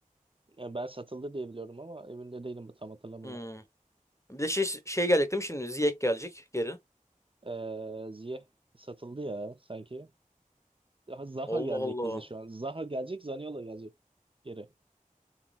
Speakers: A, on the right; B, on the left.
A: Yani ben satıldı diye biliyorum ama emin de değilim tam hatırlamıyorum.
B: Hmm. Bir de şey, şey gelecek değil mi şimdi? Ziyech gelecek geri.
A: Ee, Ziyech satıldı ya sanki. Daha Zaha
B: Allah
A: gelecek
B: Allah.
A: bize şu an. Zaha gelecek, Zaniolo gelecek geri.